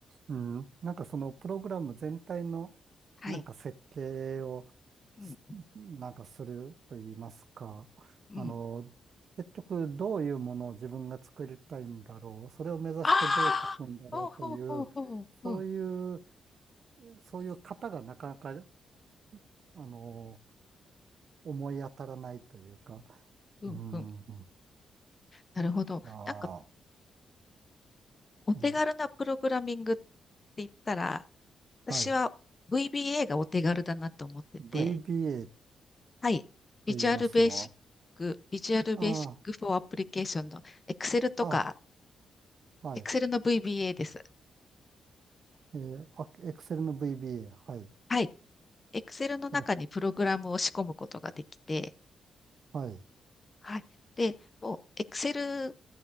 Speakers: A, on the right; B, on the left.
A: うん、なんかそのプログラム全体のなんか設計をすなんかすると言いますか、
B: はい。うん、うん。
A: あの、結局どういうものを自分が作りたいんだろう、それを目指してどう書くんだろうという、
B: ああ、ほうほうほうほう。
A: そういう、
B: うん、
A: そういう型がなかなか、あの、思い当たらないというか、
B: うん、
A: うん、
B: うん。
A: うん、
B: なるほど。
A: あ
B: なんか、お手軽なプログラミングって
A: あ、ね、
B: 言ったら、私は
A: はい。
B: VBA がお手軽だなと思ってて、
A: VBA
B: はい。ビジュアルベーシック、
A: と言いますのは、
B: ビジュアルベーシックフォーアプリケーションの
A: あ
B: Excel とか、
A: あ、あ、はい。
B: Excel の VBA です。
A: えー、あ、Excel の VBA。はい。
B: はい。Excel の中にプログラムを仕込むことができて、
A: それ、はい。
B: はい。で、もう、Excel